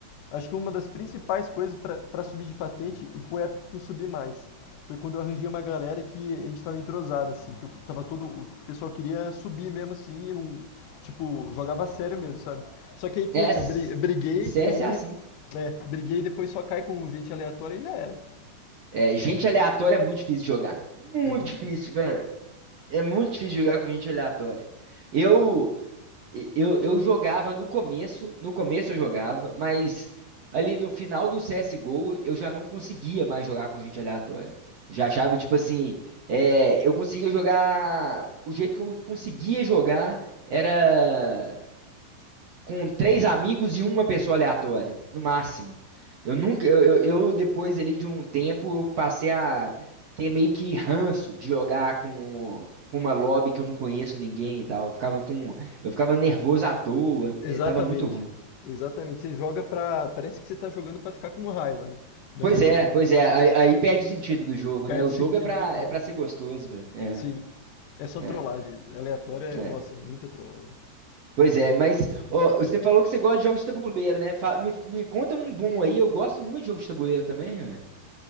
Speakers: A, on the left (about 70°); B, on the right (about 60°).
A: Acho que uma das principais coisas para subir de patente, e foi a época que eu subi mais, foi quando eu arranjei uma galera que a gente tava entrosado, assim, que eu tava todo. O pessoal queria subir mesmo assim, e não. Tipo, jogava a sério mesmo, sabe? Só que aí o que aconteceu,
B: É, C
A: eu bri- eu briguei e
B: s-
A: aí.
B: é assim.
A: É, briguei e depois só cai com gente aleatória e já era.
B: É, gente aleatória é muito difícil de jogar. Muito
A: É muito
B: difícil,
A: difícil.
B: velho. É muito difícil jogar com gente aleatória. Eu E- Eu, eu jogava no começo, no começo eu jogava, mas ali no final do CSGO eu já não conseguia mais jogar com gente aleatória. Já achava, tipo assim, é, eu conseguia jogar. O jeito que eu conseguia jogar era com três amigos e uma pessoa aleatória, no máximo. Eu nunca, eu, eu, eu, depois ali de um tempo, eu passei a ter meio que ranço de jogar com, com uma lobby que eu não conheço ninguém e tal. Eu ficava com, eu ficava nervoso à toa,
A: Exatamente.
B: eh, tava muito ruim.
A: Exatamente. Você joga pra. Parece que você tá jogando pra ficar com raiva, né? Na
B: Pois
A: verdade.
B: é, pois é, aí, aí perde o sentido do jogo,
A: Perde
B: né? O
A: o
B: jogo
A: sentido
B: é pra,
A: total.
B: é pra ser gostoso, velho. É,
A: Sim. É só trollagem.
B: é,
A: Aleatória, é-
B: é.
A: nossa, é muita trollagem.
B: Pois é, mas ó, você falou que você gosta de jogos de tabuleiro, né? Fa- me, me conta um bom aí, eu gosto muito de jogos de tabuleiro também, velho.